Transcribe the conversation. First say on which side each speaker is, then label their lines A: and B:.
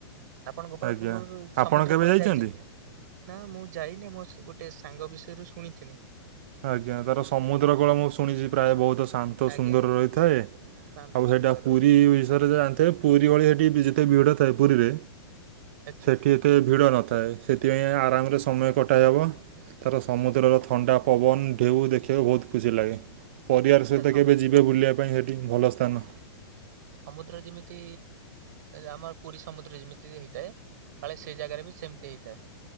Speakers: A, on the right; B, on the right.
A: ଆପଣ ଗୋପାଳପୁର
B: ଆଜ୍ଞା।
A: ସମୁଦ୍ର
B: ଆପଣ କେବେ
A: କୂଳ
B: ଯାଇଛନ୍ତି?
A: ଯାଇଚନ୍ତି? ନା ମୁଁ ଯାଇନି ମୋ ଗୋଟେ ସାଙ୍ଗ ବିଷୟରୁ ଶୁଣିଥିନି।
B: ଆଜ୍ଞା ତାର ସମୁଦ୍ର କୂଳ ମୁଁ ଶୁଣିଛି ପ୍ରାୟ ବହୁତ୍ ଶାନ୍ତ
A: ଆଜ୍ଞା
B: ସୁନ୍ଦର
A: ଆଜ୍ଞା
B: ରହିଥାଏ।
A: ଶାନ୍ତ
B: ଆଉ ସେଇଟା
A: ସୁନ୍ଦର
B: ପୁରୀ
A: ରହିଛି
B: ବିଷୟରେ ଯାଆନ୍ତେ ପୁରୀ ଭଳି ସେଇଠି ଯେତେ ବିଡ଼ ଥାଏ ପୁରୀରେ
A: ଆଚ୍ଛା।
B: ସେଠି ଏତେ ଭିଡ଼ ନଥାଏ ସେଥିପାଇଁ ଆରାମରେ ସମୟ କଟା ହେବ ତାର ସମୁଦ୍ରର ଥଣ୍ଡା ପବନ୍ ଢେଉ ଦେଖିବାକୁ ବହୁତ ଖୁସି ଲାଗେ ପରିବାର
A: ଆଚ୍ଛା
B: ସହିତ
A: ସମୁଦ୍ର
B: କେବେ ଯିବେ
A: ହଁ
B: ବୁଲିବା ପାଇଁ <unintelligible> ଭଲ ସ୍ଥାନ।
A: ସମୁଦ୍ର ଯେମିତି ଆମର ପୁରୀ ସମୁଦ୍ର ଯେମିତି ହେଇଥାଏ କାଳେ ସେଇ ଜାଗାରେ ବି ସେମିତି ହେଇଥାଏ।